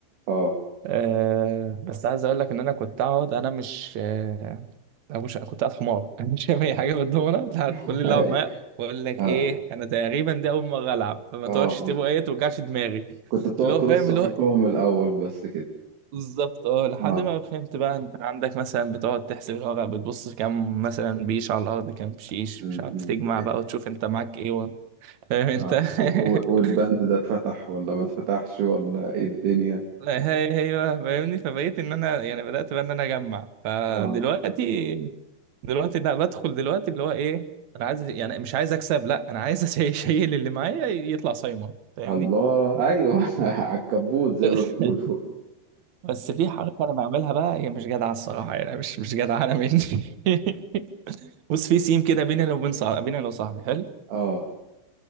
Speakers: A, on the right (about 80°); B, on the right (about 60°).
A: اه
B: آه بس عايز اقول لك ان انا كنت اقعد انا مش آه انا مش كنت قاعد حمار <laughs> انا مش فاهم اي حاجه بالدومنه لحد
A: <laughs>
B: كل اللي لعب معايا بقول لك
A: اه
B: ايه انا تقريبا دي اول مره العب فما
A: اه
B: تقعدش تبقى ايه توجعش دماغي
A: كنت بتقعد
B: اللي هو
A: ترص
B: فاهم
A: ارقام
B: اللي هو
A: الاول بس كده
B: بالظبط اه لحد
A: اه
B: ما فهمت بقى انت عندك مثلا بتقعد تحسب الورق بتبص كام مثلا بيش على الارض كام شيش
A: أمم،
B: مش عارف
A: أمم.
B: تجمع بقى وتشوف انت معاك ايه و... فاهم انت
A: اه و- و-
B: <laughs>
A: والبند ده اتفتح ولا ما اتفتحش ولا ايه الدنيا
B: هي ايوه فاهمني فبقيت ان انا يعني بدات بقى ان انا اجمع فدلوقتي
A: اه
B: دلوقتي لا بدخل دلوقتي اللي هو ايه انا عايز يعني مش عايز اكسب لا انا عايز <laughs> أشي- اشيل اللي معايا يطلع صايمه فاهمني
A: الله ايوه <laughs> على الكبوت زي
B: <laughs>
A: ما بيقولوا
B: بس في حركه انا بعملها بقى هي مش جدعه الصراحه يعني مش مش جدعه انا مني <laughs> بص في سيم كده بيننا وبين صاحبي بيننا انا وصاحبي حلو
A: اه